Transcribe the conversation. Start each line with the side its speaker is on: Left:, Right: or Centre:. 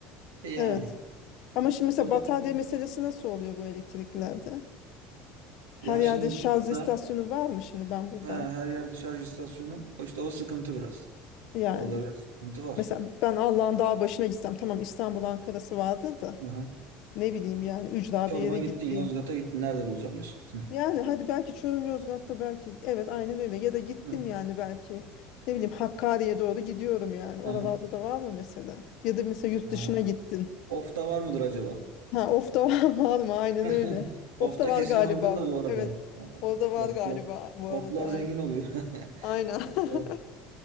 Right: E, yani.
Left: Evet. Ama şimdi mesela
Right: O
Left: batarya
Right: bakım.
Left: meselesi nasıl oluyor bu elektriklerde? Her
Right: Ya
Left: yerde
Right: şimdi
Left: şarj
Right: burada
Left: istasyonu
Right: da
Left: var mı şimdi ben buradan?
Right: he, her yerde şarj istasyonu. O işte o sıkıntı biraz.
Left: Yani
Right: Orada biraz sıkıntı var.
Left: mesela ben Allah'ın dağ başına gitsem tamam İstanbul Ankara'sı vardır da
Right: Aha.
Left: ne bileyim yani ücra
Right: Çorum'a
Left: bir yere gittin.
Right: gittin, Yozgat'a gittin. Nerede bulacağım diyorsun.
Left: Yani hadi belki Çorum Yozgat'ta belki evet aynen öyle ya da gittim
Right: <laughs>
Left: yani belki ne bileyim Hakkari'ye doğru gidiyorum yani oralarda
Right: Aha,
Left: da var mı mesela? Ya da mesela yurt
Right: aha.
Left: dışına gittin.
Right: Ofta var mıdır acaba?
Left: Ha, of da var, <laughs> var mı? Aynen
Right: <laughs>
Left: öyle. Of
Right: Ofta
Left: da var
Right: kesin
Left: galiba.
Right: vardır da bu arada.
Left: Evet.
Right: Ha,
Left: Orada var
Right: Oflar,
Left: galiba bu
Right: oflar
Left: arada. Aynen.
Right: zengin oluyor. <laughs>
Left: Aynen.
Right: Oflar-
Left: <laughs>